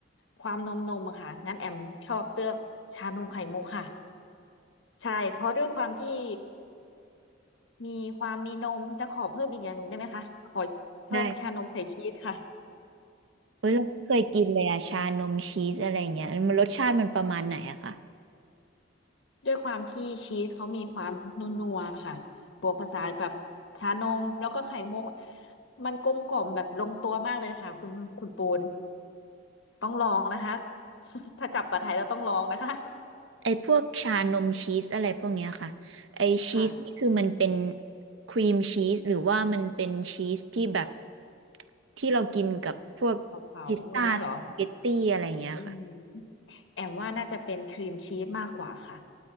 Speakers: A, on the left; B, on the right.
A: ความนมนมอะค่ะงั้นแอมชอบเลือกชานมไข่มุกค่ะใช่เพราะด้วยความที่มีความมีนมแต่ขอเพิ่มอีกอย่างหนึ่งได้ไหมคะขอเพิ่มชานมใส่ชีสค่ะ
B: ได้เฮ้ยเราไม่เคยกินเลยอะชานมชีสอะไรเงี้ยมันรสชาติมันประมาณไหนอะคะ
A: ด้วยความที่ชีสเขามีความนัวๆค่ะบวกผสานกับชานมแล้วก็ไข่มุกมันกลมกล่อมแบบลงตัวมากเลยค่ะคุณคุณปูน ต้องลองนะคะ <laughs> ถ้ากลับมาไทยแล้วต้องลองนะคะ
B: ไอพวกชานมชีสอะไรพวกเนี้ยค่ะไอชีสนี่คือมันเป็น
A: ค่ะ
B: ครีมชีสหรือว่ามันเป็นชีสที่แบบที่เรากินกับพวกพิซซ่าสปาเกตตี้อะไรเงี้ยค่ะ
A: เผาเผาอย่างเงี้ยเหรออืมแอมว่าน่าจะเป็นครีมชีสมากกว่าค่ะ